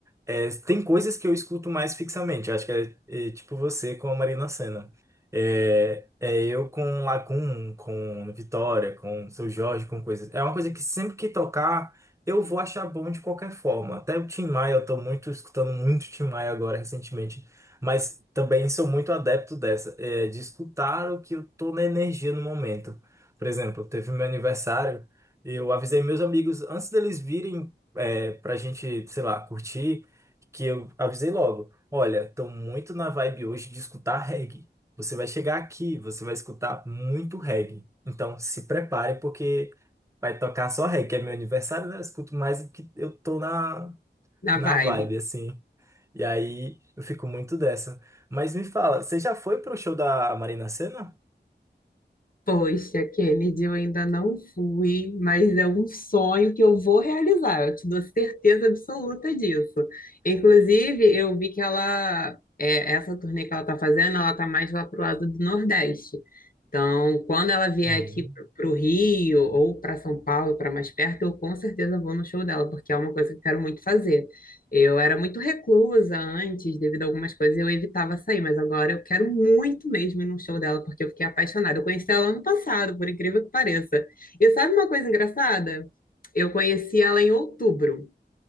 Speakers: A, on the right (about 15°); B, on the left (about 50°).
A: É, tem coisas que eu escuto mais fixamente. Eu acho que é, é tipo você com a Marina Sena. É, é eu com Lacun, com Vitória, com Seu Jorge, com coisas. É uma coisa que sempre que tocar, eu vou achar bom de qualquer forma. Até o Tim Maia, eu tô muito escutando muito Tim Maia agora recentemente. Mas também sou muito adepto dessa, é, de escutar o que eu tô na energia no momento. Por exemplo, teve meu aniversário, eu avisei meus amigos antes deles virem. É, pra gente, sei lá, curtir que eu avisei logo. Olha, tô muito na vibe hoje de escutar reggae. Você vai chegar aqui, você vai escutar muito reggae. Então se prepare porque vai tocar só reggae. É meu aniversário, né? Eu escuto mais do que eu tô na,
B: Na
A: na
B: vibe.
A: vibe, assim. E aí eu fico muito dessa. Mas me fala, você já foi pro show da Marina Sena?
B: Poxa, Kennedy, eu ainda não fui, mas é um sonho que eu vou realizar, eu te dou certeza absoluta disso. Inclusive, eu vi que ela, é, essa turnê que ela tá fazendo, ela tá mais lá pro lado do Nordeste. Então, quando ela vier
A: Hum.
B: aqui pro pro Rio ou para São Paulo, para mais perto, eu com certeza vou no show dela, porque é uma coisa que eu quero muito fazer. Eu era muito reclusa antes, devido a algumas coisas, eu evitava sair, mas agora eu quero muito mesmo ir num show dela, porque eu fiquei apaixonada. Eu conheci ela ano passado, por incrível que pareça. E sabe uma coisa engraçada? Eu conheci ela em outubro.